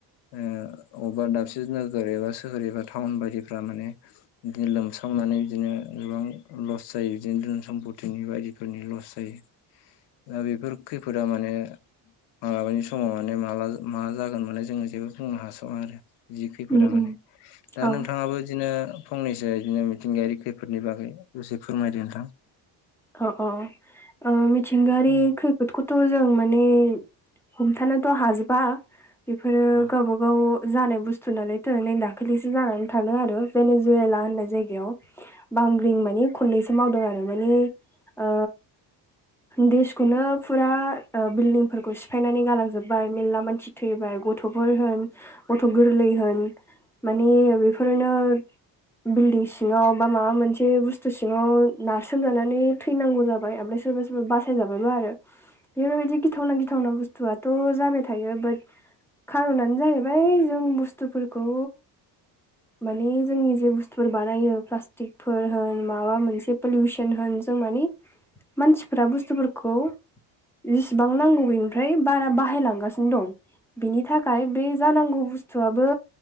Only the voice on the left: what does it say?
ओ अबेबा दाबसे नोगोर एबा सोहोर एबा टाउन बायदिफ्रा माने बिदिनो लोमस्रावनानै बिदिनो गोबां लस जायो बिदिनो धोन सम्पतिनि बायदि फोरनि लस जायो। दा बेफोर खैफोदा माने मालाबानि समाव माने माला मा जागोन माने जोंनो जेबो बुंनो हासया आरो जि खैफोदा
माने
दा
नोंथाङाबो बिदिनो फंनैसो बिदिनो मिथिंगायारि खैफोदनि बागै दसे फोरमायदो नोंथां।
औ
औ